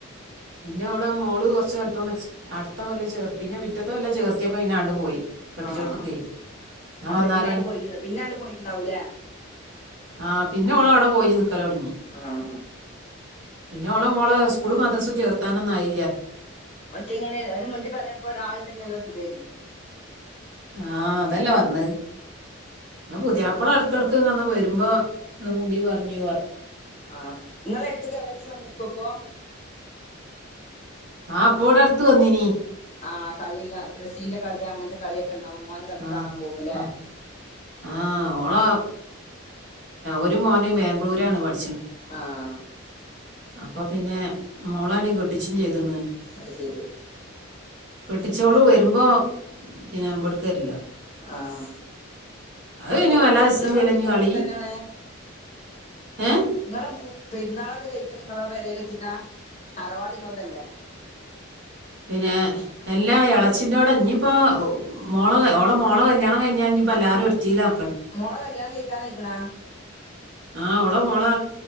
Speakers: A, on the right (about 55°); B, on the left (about 30°).
A: പിന്നെ ഓളെ മോള് കുറച്ച്, വലുപ്പം, വെച്ച്, അടുത്ത കൊല്ല ചേർ പിന്നെ പിറ്റത്തെ കെല്ല ചേർത്തിയപ്പ പിന്നെങ്ങട്ട് പോയി. കെട്ടിച്ചോടത്തേക്കേ
B: ആഹ.
A: ആ
B: അപ്പൊ
A: വന്നാരേ
B: എന്നാണ്ട് പോയിട്ടുണ്ട പിന്നൊണ്ട് പോയിട്ടുണ്ടാവലേ.
A: ആഹ. പിന്നെ ഓള് അവിടെ പോയി നിക്കലോടങ്ങി.
B: ആഹ്
A: പിന്നെ. ഓള മോള സ്കൂള് മദ്രസും ചേർത്താനൊന്നായില്ല
B: ഒറ്റ ഇങ്ങനെ, ഒരു മുണ്ടി പറയപ്പോ ഒരാളുണ്ടെങ്കിൽ, നല്ല സുഖയിരുന്നു.
A: ആഹ. അതല്ലേ പറഞ്ഞ. <unintelligible> പുതിയപ ളഎടക്ക്‌ എടക്ക്‌വരുമ്പോ മുണ്ടി പറഞ്ഞ്
B: ആഹ്. നിങ്ങള എടുത്ത്ളച്ചി വന്നിക്കപ്പോ?
A: ആ, പ്പോവിടെ അടുത്തു വന്നിനീ.
B: ആഹ്. കളില്ല ബ്രസീലിന്റെ കളി അങ്ങനത്തെ കളി <unintelligible> കളി,
A: ആ
B: കാണാൻ പോവുമ്പല്ലേ.
A: ആ ആ ഓള ഒരു മോന് ബാംഗ്ലൂരാണ് പണി.
B: ആഹ
A: അപ്പൊ പിന്നെ മോളാണെ കെട്ടിട്ടിച്ചും. ചെയ്ത്‌ണ്
B: ആഹ. ശരി
A: കെട്ടിച്ചോള് വരുമ്പോ. പിന്നെ മ്പടുക്ക് രില്ല.
B: ആഹ. ഇപ്പോളും
A: പിന്നെ വല്ല
B: പെരുന്നാളൊക്കെ.
A: ഇല്ലല്ലോ ഇനി
B: ഇങ്ങളോടെ
A: കളി
B: തന്നെണ്?
A: ഏ
B: ഇങ്ങളെ, മു പെരുന്നാളൊക്കെ കഴിക്കൽ നിങ്ങളെ, പെരേല് വച്ചിട്ടാ തറവാട് നിങ്ങളതല്ലേ?
A: പിന്നെ എല്ലാ ഇളച്ചിന്റെടെ ഇഞ്ഞപ്പോ മോള ഓള മോള കല്യാണം കഴിഞ്ഞ ഇപ്പം എല്ലരും ഒരുത്തി ലാ
B: മോള കല്യാണം കഴിക്കാൻ അയിക്കണാ?
A: ആ് ഓള മോള